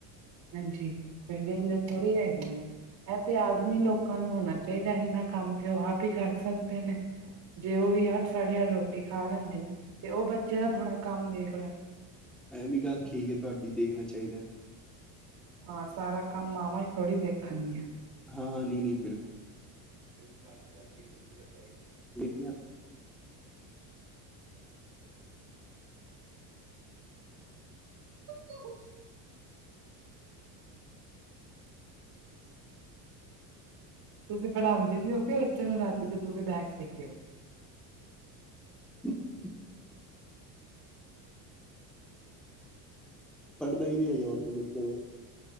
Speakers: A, on the right (about 55°); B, in the centre.
A: ਹਾਂਜੀ, ਫਿਰ ਵਿਹਲੇ ਥੋੜ੍ਹੀ ਹੈਗੇ ਹਾਂ। ਇਹ ਤੇ ਆਦਮੀ ਲੋਕਾਂ ਨੂੰ ਹੋਣਾ ਚਾਹੀਦਾ ਇਨਾ ਕੰਮ ਤੇ ਉਹ ਆਪ ਹੀ ਕਰ ਸਕਦੇ ਨੇ ਜੇ ਉਹ ਵੀ ਅੱਠ ਸਾਢੇ ਅੱਠ ਰੋਟੀ ਖਾ ਲੈਂਦੇ ਨੇ'ਤੇ ਉਹ ਬੱਚੇ ਦਾ ਥੋੜ੍ਹਾ ਕੰਮ ਦੇਖ ਲੈਂਦੇ।
B: ਐ ਵੀ ਗੱਲ ਠੀਕ ਹੈ' ਤੁਹਾਡੀ ਦੇਖਣਾ ਚਾਹੀਦਾ।
A: ਹਾਂ ਸਾਰਾ ਕੰਮ ਮਾਵਾਂ ਹੀ ਥੋੜ੍ਹੀ ਦੇਖਣਗੀਆਂ।
B: ਹਾਂ-ਹਾਂ ਨਹੀਂ ਨਹੀਂ ਬਿਲਕੁਲ।
A: ਫਿਰ ਘਰ ਜਾ ਕੇ ਬੱਚੇ ਦਾ ਬੈਗ
B: ਲਿਖਣਾ
A: <unintelligible> <unintelligible> <unintelligible> <unintelligible> ਤੁਸੀਂ ਪੜ੍ਹਾਉਂਦੇ ਵੀ ਹੋ ਕੇ ਬੱਚੇ ਨੂੰ ਰਾਤੀ ਤੋਂ ਤੁਸੀਂ ਬੈਗ ਦੇਖਦੇ ਹੋ
B: <unintelligible> <unintelligible> ਪੜ੍ਹਦਾ ਹੀ ਨਹੀਂ ਹੈਗਾ ਉਹ ਮੇਰੇ ਕੋਲੋ